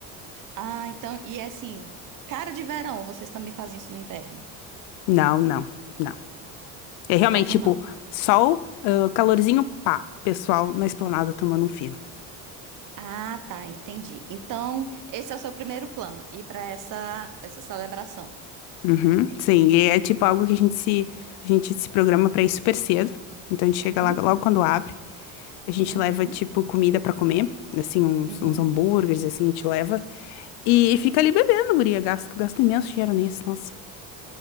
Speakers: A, on the right (about 55°); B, on the left (about 80°).
A: Ah, então, e é assim, cara de verão, vocês também fazem isso no inverno?
B: Não, não, não. É realmente
A: Inverno
B: tipo
A: não.
B: sol, ah, calorzinho, pá, pessoal na esplanada tomando um fino.
A: Ah, tá, entendi. Então, esse é o seu primeiro plano, ir para essa essa celebração.
B: Uhum, sim, e é tipo algo que a gente se a gente se programa pra ir super cedo. Então a gente chega lá
A: Hum,
B: logo quando abre, a gente
A: uhum,
B: leva tipo comida pra comer, assim uns,
A: uhum.
B: uns hambúrgueres assim, a gente leva e fica ali bebendo, guria, gasto gasto imenso dinheiro nisso, nossa.